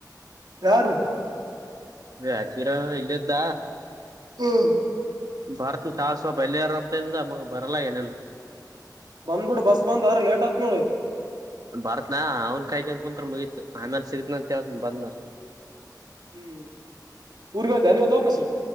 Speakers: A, on the right; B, on the right.
A: ಯಾರ್ರೀ
B: <unintelligible> ಇಲ್ಲದ್ದ
A: ಹ್ಮ್
B: ಬರ್ತ ತಳ್ಸ ಬಲ್ರಂತಿಂದ ಮ ಬರಲ್ಲ ಏನಿಲ್ಲ
A: ಬಂದ್ಬಿಡು ಬಸ್ ಬಂದ್ರ ಲೇಟ್ ಆತ್ ನೋಡು
B: ಬರತ್ನಾ ಅವ್ನ್ ಕಾಯ್ಕೊಂಡ ಕುಂತ್ ಮುಗೀತ್ು ಆಮೇಲೆ ಸಿಗ್ನಿ ಅಂತ ಹೇಳ್ತೀನಿ ಬಂದು
A: ಹ್ಮ್ ಊರ್ಗ್ ಹೋಯ್ತ ನೀವತ್ ವಾಪಸ್